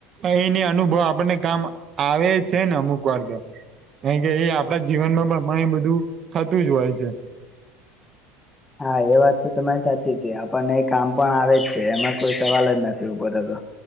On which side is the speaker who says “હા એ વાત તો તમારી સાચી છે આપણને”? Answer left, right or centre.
Left